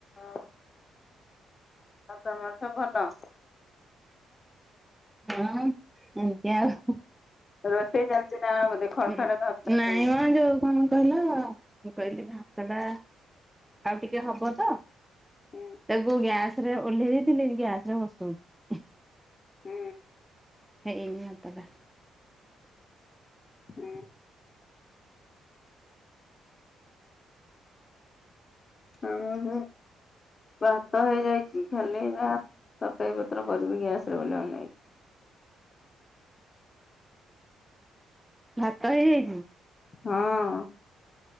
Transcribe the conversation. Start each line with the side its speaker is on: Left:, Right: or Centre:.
Left: ଆଉ ଆଉ ତମର ତ ଭଲ।
Centre: ହଁ ଏମତି ଆଉ।
Left: ରୋଷେଇ ଚାଲଚି ନା ବୋଧେ ଖଡ
Centre: ହୁଁ
Left: ଖଡ ଧଡ
Centre: ନାଇଁ
Left: ଧଡ
Centre: ମ ଯୋଉ କଣ କହିଲ ମୁଁ କହିଲି ଭାତ ଟା ଆଉ ଟିକେ ହବ ତ।
Left: ଶୁଭୁଛି।
Centre: ତାକୁ ଗ୍ୟାସରେ ଓହ୍ଲେଇ ଦେଇଥିଲି ଗ୍ୟାସରେ ବସଉଛି।
Left: ହୁଁ।
Centre: ହେଇନି ଭାତଟା
Left: ହୁଁ। ଆମ ଭ ଭାତ ହେଇଯାଇଚି ଖାଲି ଯାହା ତରକାରୀ ପତ୍ର କରିବି ଗ୍ୟାସରେ ବୋଲି ଅନେଇଚି।
Centre: ଭାତ ହେଇଯାଇଜି
Left: ହଁ।